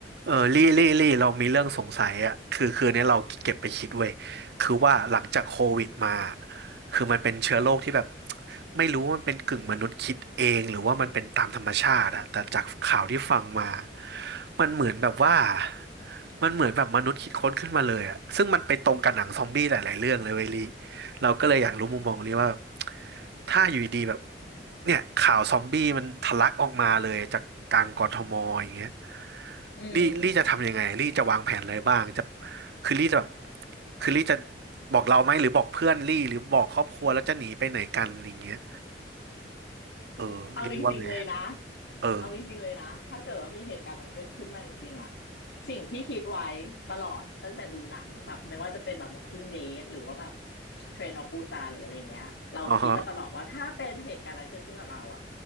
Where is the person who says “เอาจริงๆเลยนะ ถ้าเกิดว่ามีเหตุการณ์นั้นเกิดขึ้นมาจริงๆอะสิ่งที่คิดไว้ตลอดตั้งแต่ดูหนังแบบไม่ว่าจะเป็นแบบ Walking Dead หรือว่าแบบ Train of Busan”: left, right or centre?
Left